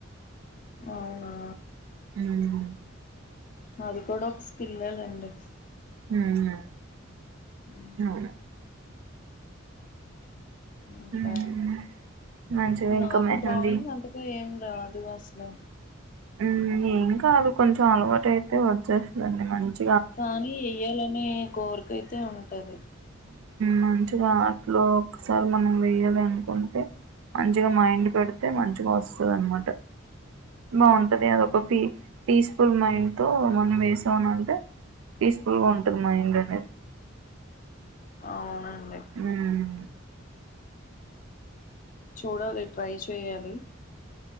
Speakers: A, on the left; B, on the right.
A: అవునా
B: ఉమ్,
A: మాది కూడా కుస్ పిల్లలండి
B: ఉమ్,
A: ఊ
B: అవును
A: ఇంకా
B: ఉమ్, మంచిగా
A: నా
B: ఇంకా
A: మాకు
B: మెహందీ
A: డ్రాయింగ్ అంతకు ఏం రాదు అసలు
B: ఊ ఏం కాదు కొంచెం అలవాటు అయితే వచ్చేస్తదండి మంచి
A: కానీ వెయ్యాలనే కోరిక అయితే ఉంటది
B: మంచిగా అట్లో ఒకసారి మనం వేయాలి అనుకుంటే మంచిగా మైండ్ పెడితే మంచిగా వస్తది అనమాట బాగుంటది అదొక పీ పీస్ఫుల్ మైండ్ తో మనం వేసామనంటే పీస్ఫుల్ గా ఉంటుంది మైండ్ అనేది
A: అవునండి
B: మ్మ్
A: చూడాలి ట్రై చేయాలి